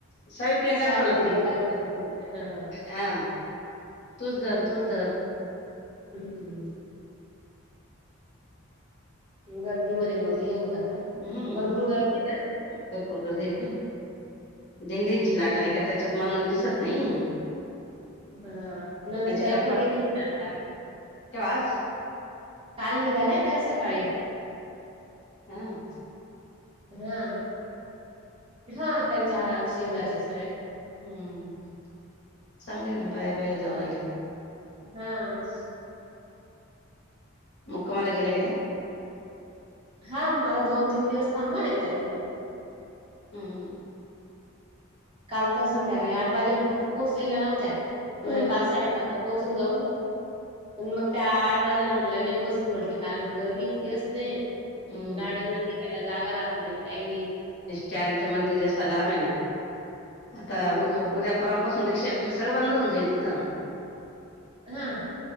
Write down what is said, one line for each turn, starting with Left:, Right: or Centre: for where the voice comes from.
Left: सावी प्रियंकाला
Right: सावि
Left: सोडत
Right: प्रियांकाला
Left: नाही
Right: पल <unintelligible> हा
Left: हा, तूच धर, तूच धर.
Right: <inaudible> गर्दीमध्ये मग मी येवून जात ना
Left: हम्म,
Right: भरपूर गर्दी आहे ना
Left: भरपूर गर्दी हाय ग बाई, दिनडीणची
Right: हम्म
Left: लाट आली का त्याच्यात माणूस दिसत नाहीं.
Right: हा, नंदू ताई
Left: कपाळ
Right: पण गेलेली ना काल.
Left: केव्हा आज
Right: काल निघाल्यां त्या सकाळी.
Left: हम्म...
Right: हां, हां त्यांच्या शेजार च्या सगळ्या.
Left: हम्म, चांगलंय ना, बाया बाया जाऊन आल्या.
Right: हां....
Left: मुक्कामाला गेल्या का त्या.
Right: हा, मला दोन तीन दिवस थांबणार आहेतं त्या तिथं.
Left: हम्म.
Right: काल तर संध्याकाळी आठ वाजेपर्यंत तर पोचलेल्या नव्हत्या, म्हणे
Left: अ,
Right: पाच साडेपाचला पोचुन जाऊं. पण मग त्या आठ वाजल्या म्हटल्या नाही पोचत म्हटल्या, कारण की गर्दी इतकी असतें.
Left: हम्म
Right: गाडीना निघायला जागा राहत नाही, काही नाही.
Left: त्यातं मंदिर जास्त लांब आहे ना, आता
Right: मग
Left: उद्या... परवापासून रिक्षा बिक्षा सगळं बंद होऊन जाईल तिथं.
Right: हां.